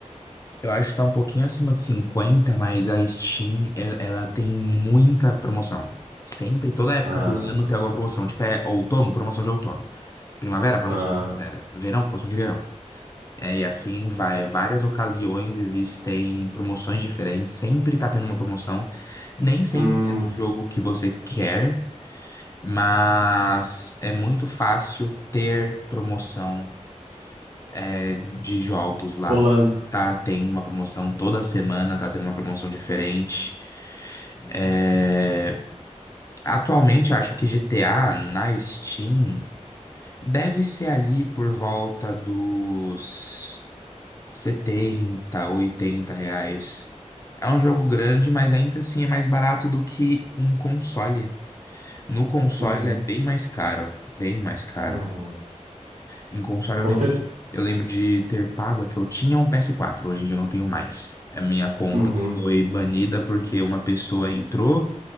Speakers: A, on the left (about 25°); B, on the right (about 85°).
A: Eu acho que tá um pouquinho acima de cinquenta mas a Steam, el- ela tem muita promoção. Sempre, toda época
B: Ah,
A: do ano tem alguma promoção. Tipo, é outono, promoção de outono. Primavera, promoção
B: ah,
A: de primavera. Verão, promoção de verão. É, e assim vai. Várias ocasiões existem promoções diferentes. Sempre tá tendo uma promoção. Nem sempre
B: hum,
A: é do jogo que você quer, mas é muito fácil ter promoção é, de jogos lá.
B: rolando.
A: Tá tendo uma promoção toda semana, tá tendo uma promoção diferente. É, atualmente, acho que GTA na Steam deve ser ali por volta dos 70, 80 reais. É um jogo grande, mas ainda assim é mais barato do que um console. No console,
B: Uhum,
A: ele é bem mais caro. Bem mais caro.
B: uhum.
A: Em console,
B: Com
A: eu lembro, eu lembro de ter pago, é que eu tinha um PS4, hoje em dia eu não tenho mais. A minha conta
B: Uhum.
A: foi banida porque uma pessoa entrou,